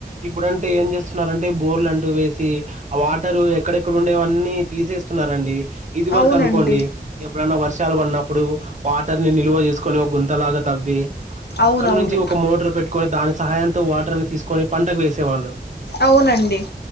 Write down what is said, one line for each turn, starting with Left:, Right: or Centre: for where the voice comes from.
Right: ఇబ్బుడంటే ఏం జేస్తున్నారంటే బోర్లు అంటూ వేసి ఆ వాటరు ఎక్కడెక్కడ ఉండేవన్ నీ తీసేస్తున్నారండి. ఇది వరకు
Left: అవునండి
Right: అనుకోండి ఎప్పుడనా వర్షాలు పడినప్పుడు వాటర్ నీ నిల్వ జేసుకొని ఒక గుంతలాగా తవ్వి
Left: అవునవును
Right: అక్కడ నుంచి ఒక మోటరు పెట్ కొన్ దాని సహాయంతో వాటర్ అని తీసుకొని పంటకు వేసేవాళ్ళు.
Left: అవునండి